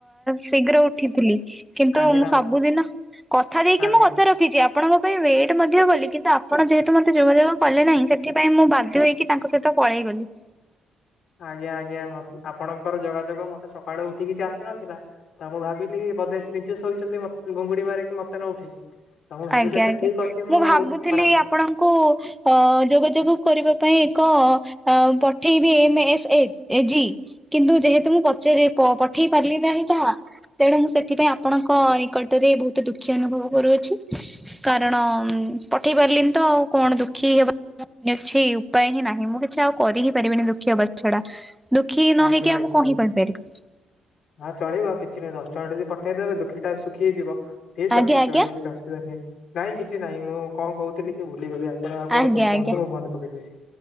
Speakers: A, in the centre; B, on the left (about 65°).
A: ଶୀଘ୍ର ଉଠିଥିଲି। କିନ୍ତୁ
B: କାହିଁକି
A: ମୁଁ
B: ନା ଆପ
A: ସବୁଦିନ କଥା ଦେଇକି
B: ଆଜ୍ଞା
A: ମୁଁ କଥା ର ଖିଚି ଆପଣଙ୍କ ପାଇଁ ୱେଟ ମଧ୍ୟ କଲି, କିନ୍ତୁ ଆପଣ ଯେହେତୁ ମତେ ଯୋଗାଯୋଗ କଲେ ନାହିଁ, ସେଥିପାଇଁ ମୁଁ ବାଧ୍ୟ ହୋଇ କି ତାଙ୍କ ସହିତ ପଳେଇ ଗଲି।
B: ଆଜ୍ଞା, ଆଜ୍ଞା। ଆପଣଙ୍କର ଯୋଗାଯୋଗ ମତେ ସକାଳୁ ଉଠିକି କିଛି ଆସିନଥିଲା। ତ ମୁଁ ଭାବିଲି, ବୋଧେ ନିଜେ ଶୋଇଛନ୍ତି ମ ଘୁଙ୍ଗୁଡି ମାରିକି ମତେ ନ ଉଠେଇ। ତ ମୁଁ ଭାବିଲି
A: ଆଜ୍ଞା
B: ଆଚ୍ଛା
A: ଆଜ୍ଞା
B: ଠିକ ଅଛି, ମୁଁ
A: ଭାବୁଥିଲି
B: ଖରାପ।
A: ଆପଣଙ୍କୁ ଅ ଯୋଗାଯୋଗ କରିବା ପାଇଁ ଏକ ପଠେଇ ବି ଏମ୍ ଏସ୍ ଏ ଏଜି କିନ୍ତୁ ଯେହେତୁ ମୁଁ ପଚାରିଆ ପ ପଠେଇ ପାରଲି ନାହିଁ ତାହା, ତେଣୁ ମୁଁ ସେଥିପାଇଁ ଆପଣଙ୍କ ନିକଟରେ ବହୁତ ଦୁଃଖୀ ଅନୁଭବ କରୁଅଛି। କାରଣ ପଠେଇ ପାରିଲିନି ତ ଆଉ କଣ ଦୁଃଖୀ ହେବା <unintelligible> କିଛି ଉପାୟ ହିଁ ନାହିଁ। ମୁଁ କିଛି ଆଉ କରି ହିଁ ପାରିବିନି ଦୁଃଖୀ ହେବା ଛଡା। ଦୁଃଖୀ ନ
B: ଆଜ୍ଞା,
A: ହେଇକି ଆଉ
B: ଆଜ୍ଞା।
A: ମୁଁ କଣ ହିଁ କରିପାରିବି
B: ହଁ ଚଳିବ। କିଛି ନାଇଁ ଦଶଟଙ୍କା ଯଦି ପଠେଇଦେବେ ଦୁଃଖୀଟା ସୁଖୀ ହେଇଯିବ। ଠିକ୍
A: ଆଜ୍ଞା
B: ଅଛି
A: ଆଜ୍ଞା
B: ଚଳିବ କିଛି ଅସୁବିଧା ନାହିଁ। ନାଇଁ କିଛି ନାହିଁ ମୁଁ କଣ କହୁଥିଲି କି ଭୁଲିଗଲି ଆଉ ଆପଣ ଆଉ କଣ
A: ଆଜ୍ଞା
B: କୁ କୁହନ୍ତୁ?
A: ଆଜ୍ଞା।
B: ମୁଁ ମନେ ପକେଇ କହୁଛି।